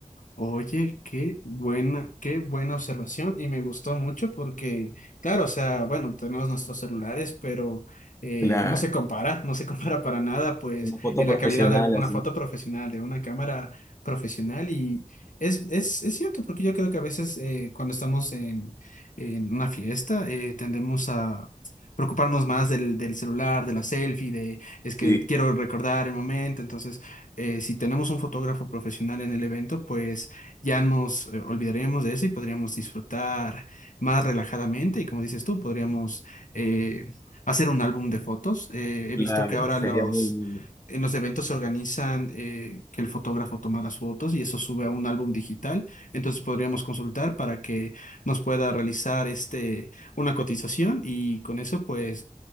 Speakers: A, on the left; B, on the left.
A: Oye, qué buena, qué buena observación y me gustó mucho porque, claro, o sea, bueno, tenemos nuestros celulares, pero eh,
B: Claro,
A: no se compara, no se <laughs> compara para nada, pues,
B: una foto
A: en
B: profesional
A: la calidad de una
B: así.
A: foto profesional, de una cámara profesional y es, es, es cierto, porque yo creo que a veces eh, cuando estamos en, en una fiesta eh, tendemos a preocuparnos más del, del celular, de la selfie, de es
B: Sí,
A: que quiero recordar el momento, entonces eh, si tenemos un fotógrafo profesional en el evento, pues ya nos eh, olvidaríamos de eso y podríamos disfrutar más relajadamente. Y como dices tú, podríamos eh, hacer un álbum de fotos. Eh, he
B: claro,
A: visto que ahora los,
B: sería muy lindo,
A: en los eventos se organizan eh, que el fotógrafo toma las fotos y eso sube a un álbum digital. Entonces podríamos consultar para que nos pueda realizar este, una cotización y con eso pues...